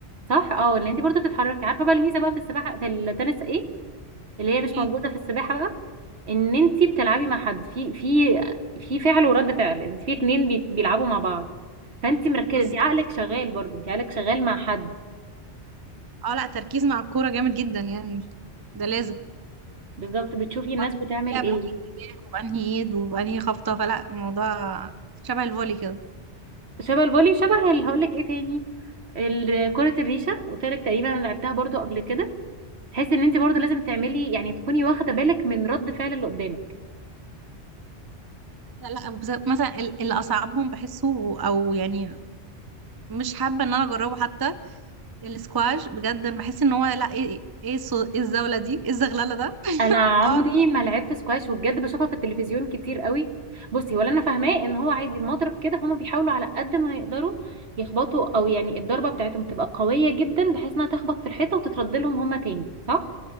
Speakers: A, on the right; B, on the right.
A: صح اه اللي انت برضو بتتحركي عارفة بقى الميزة بقى في السباحة في التنس ايه اللي هي مش
B: ايه
A: موجودة في السباحة بقى ان انت بتلعبي مع حد في في في فعل ورد فعل انت في اتنين بي- بيلعبوا مع بعض فانت مركزه
B: بالظبط
A: انت عقلك شغال برضو انت عقلك شغال مع حد
B: اه لا تركيز مع الكورة جامد جدا يعني ده لازم
A: بالظبط بتشوفي الناس
B: وهتلاقيها
A: بتعمل ايه
B: بأنهي اتجاه وبأنهي ايد وبأنهي خبطة فلا الموضوع شبه الفولي كده
A: شبه الفولي شبه اللي هقول لك ايه تاني ال- كرة الريشة قلت لك تقريبا انا لعبتها برضو قبل كده تحسي ان انت برضو
B: مم.
A: لازم تعملي يعني تكوني واخدة بالك من رد فعل اللي قدامك
B: لا لا بس- مثلا ال- اللي أصعبهم بحسه أو يعني مش حابة إن أنا أجربه حتى السكواش بجد أنا بحس إن هو لا إيه إيه الصو- إيه الزاولة دي إيه الزغللة ده <laughs>
A: انا عمري
B: أقعد أ-
A: ما لعبت سكواش وبجد بشوفها في التلفزيون كتير قوي بصي ولا انا فاهماه ان هو عايز المضرب كده هما بيحاولوا على قد ما يقدروا يخبطوا او يعني الضربه بتاعتهم تبقى قويه جدا بحيث انها تخبط في الحيطه وتترد لهم هما تاني صح